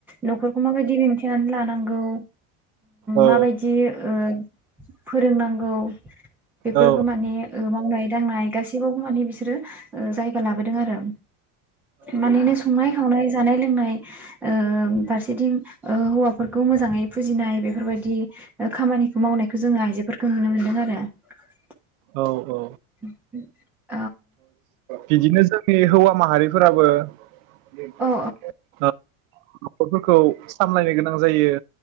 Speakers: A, in the centre; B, on the right (about 80°).
A: न'खर माबादि दिन्थियो मिथिनानै लानांगौ।
B: औ
A: माबायदि ओ फोरोंनांगौ। बेफोरखौ
B: औ
A: माने गोबां दांनाय गासैयावबो माने बिसोरो जायगा लाबोदों आरो। माननो संनाय खावनाय जानाय लोंनाय ओ फारसेथिं हौवाफोरखौ मोजाङै फुजिनाय बेफोरबायदि खामानिखौ मावनायखौ जोङो आइजोफोरखौ नुनो मोनो। <unintelligible>
B: औ औ।
A: <inaudible>
B: बिदिनो जोंनि हौवा माहारिफोराबो बे
A: औ
B: <inaudible> न'खरफोरखौ सामलायनो गोनां जायो।